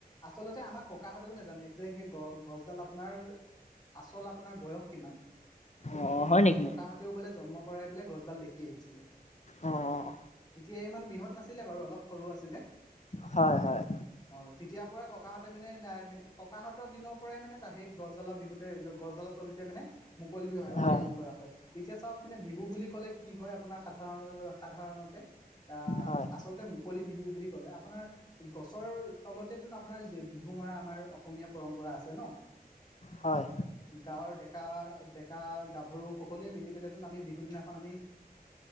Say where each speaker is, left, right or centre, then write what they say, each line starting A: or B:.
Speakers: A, on the left; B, on the left.
A: আচলতে আমাক ককাহঁতেও নাজানে যে সেই গ গছডাল আপোনাৰ আচল আপোনাৰ বয়স কিমান?
B: অ হয় নেকি?
A: তাহতেও বোলে জন্ম পৰাই বোলে গছডাল দেখি আহিছিলে।
B: অ'
A: তেতিয়া ইমান বিহত নাছিলে বাৰু অলপ সৰু আছিলে,
B: হয় হয়
A: অ তেতিয়া পৰা ককা তাৰ মানে নাই ককাহঁতৰ দিনৰ পৰাই মানে টা সেই গছডালা বিহুতে গছডালা তলিতে মানে মুকলি বিহু
B: হয়
A: আয়োজন কৰা হয়। এতিয়া চাওক মানে বিহু বুলি ক'লে কি হয় আপোনাৰ সাধাৰণ সাধাৰণতে আহ
B: হয়
A: আচলতে মুকলি বিহু বুলি ক'লে আপোনাৰ গছৰ তলতে তো আপোনাৰ যে বিহু মৰা আমাৰ অসমীয়া পৰম্পৰা আছে ন
B: হয়
A: গাঁৱৰ ডেকা ডেকা গাভৰু সকলোৱে মিলি পেলেচোন আমি বিহুৰ দিনাখন আমি